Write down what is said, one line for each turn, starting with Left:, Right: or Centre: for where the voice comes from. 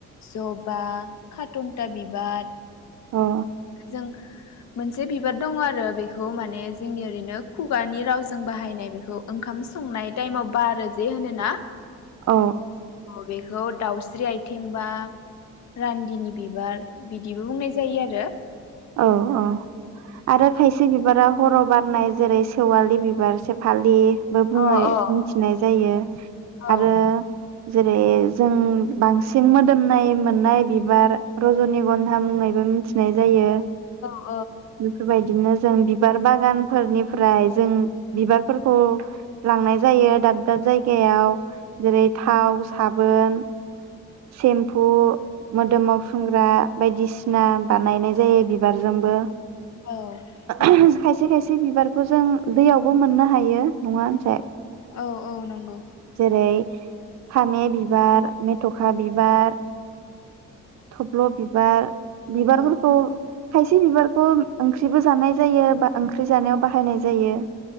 Left: ज'बा, खाटनटा बिबार,
Right: औ
Left: जों मोनसे बिबार दङ आरो बेखौ माने जोंनि ओरैनो खुगानि रावजों बाहायनाय बेखौ ओंखाम संनाय टाइम आव बारो जे होनो ना
Right: औ
Left: बेखौ दाउस्रि आइथिं बा रान्दिनि बिबार बिदिबो बुंनाय जायो आरो
Right: औ औ आरो खायसे बिबारा हराव बारनाय जेरै सेवालि बिबार सेफालि बो बुङै
Left: अ
Right: मिनथिनाय
Left: आरो
Right: जायो
Left: अ औ
Right: आरो जेरै जों बांसिन मोदोमनाय मोननाय बिबार रजनि गन्धा मुङैबो मिथिनाय जायो
Left: औ
Right: बेफोरबायदिनो जों बिबार बागानफोरनिफ्राय जों बिबारफोरखौ लांनाय जायो दाब दाब जायगायाव जेरै थाव
Left: औ
Right: साब बोन सेम्फु मोदोमाव फुनग्रा बायदिसिना बानायनाय जायो बिबारजोंबो
Left: औ नंगौ
Right: उम खायसे खायसे बे बिबारखौ जों दैयावबो मोननो हायो। नङा होनसाय
Left: औ औ नंगौ
Right: जेरै फामे बिबार मेथखा मेथखा बिबार थब्ल बिबार बिबारफोरखौ
Left: औ
Right: खायसे बिबारखौ ओंख्रिबो जानाय जायो बा ओंख्रि जानायाव बाहायनाय जायो।